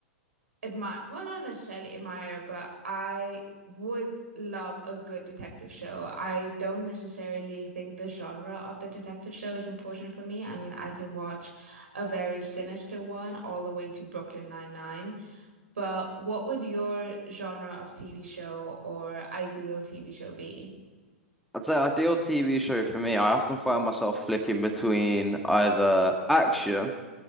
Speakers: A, on the right (about 75°); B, in the centre.
A: admire, well, not necessarily admire, but I would love a good detective show. I don't necessarily think the genre of the detective show is important for me. I mean, I can watch a very sinister one all the way to Brooklyn Nine-Nine, but what would your genre of TV show or ideal TV show be?
B: I'd say ideal TV show for me, I often find myself flicking between either action